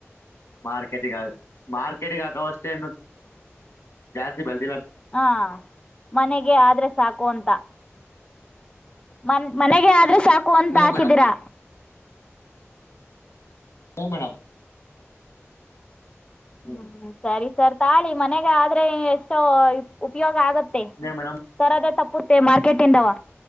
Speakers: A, on the left; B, on the left.
A: ಮಾರ್ಕೆಟಗ ಮಾರ್ಕೆಟಗ ಆಕವಷ್ಟೇನ್ನು ಜಾಸ್ತಿ ಬೆಳ
B: ಹಾ ಮನೆಗೆ ಆದ್ರೆ ಸಾಕು ಅಂತ ಮನ್ ಮನೆಗೆ ಆದ್ರೆ ಸಾಕು ಅಂತ
A: ಹ್ಞೂ
B: ಹಾಕಿದಿರಾ
A: ಮೇಡಮ್ ಹ್ಞೂ ಮೇಡಮ್
B: ಹ್ಮ್
A: ಹ್ಞೂ
B: ಸರಿ ಸರ್ ತಾಳಿ ಮನೆಗೆ ಆದ್ರೆ ಎಷ್ಟೋ ಉಪಯೋಗ ಆಗುತ್ತ
A: ಇನ್ನೇ ಮೇಡಮ್
B: ತರದ ತಪ್ಪುತ್ತೆ ಮಾರ್ಕೆಟ್ ಇಂದವ